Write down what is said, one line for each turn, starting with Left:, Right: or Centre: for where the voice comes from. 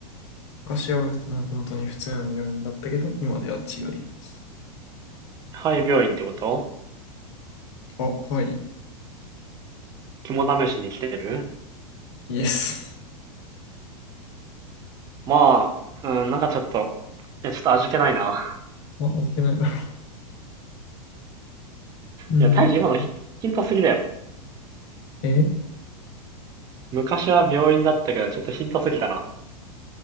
Left: 昔はもう本当に普通の病院だったけど、今では違います。
Right: はい、病院ってこと
Left: あ、はい、
Right: 肝試しに来てる
Left: イエス。
Right: まあ、うん、なんかちょっと、え、ちょっと味気ないな。
Left: あ、味気ないだろう。うーん。
Right: いや、大調今のヒヒントすぎだよ。
Left: え、
Right: 昔は病院だったけど、ちょっとヒントすぎたな。